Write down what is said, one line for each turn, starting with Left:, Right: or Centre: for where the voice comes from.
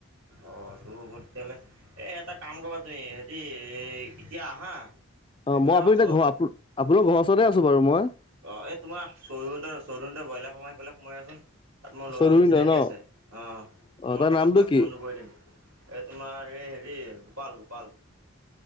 Right: অ তোৰ ভতিয়াহাললে এ এটা কাম কৰিবা তুমি হেৰি এতিয়া আহা
Left: অ',
Right: এই তুমি
Left: মই
Right: আমাৰ
Left: আপুনি এতিয়া ঘৰ আপোনাৰ ঘৰৰ ওচৰতে আছোঁ বাৰু মই।
Right: অ এই তোমাৰ চৌধু চৌধুটৰ ব্ৰইলাৰ সোমাই আহি ফালাই সোমাই আছোন তাত মোৰ লৰাজন
Left: চৈধুৰীণিতৰ
Right: চিনাকি
Left: ন
Right: আছে আহ
Left: অ
Right: মই
Left: তাৰ
Right: তাতে
Left: নামটো
Right: তাক
Left: কি
Right: ফোনটো কৰি দিম এ তোমাৰ এই হেৰি গোপাল গোপাল